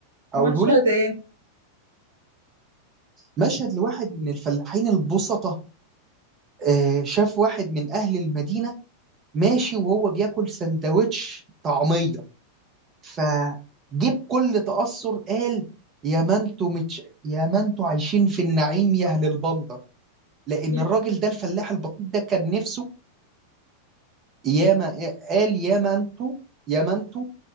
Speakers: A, on the right; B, on the right.
A: اقوله
B: مشهد
A: لك
B: ايه
A: مشهد لواحد من الفلاحين البسطة آه، شاف واحد من اهل المدينه ماشي وهو بياكل سندوتش طعميه فجيب كل تاثر قال يا ما انتوا متش... يا ما انتوا عايشين في النعيم يا اهل البندر لان
B: ي-
A: الراجل ده الفلاح البسيط ده كان نفسه ياما قال يا ما انتوا يا ما انتوا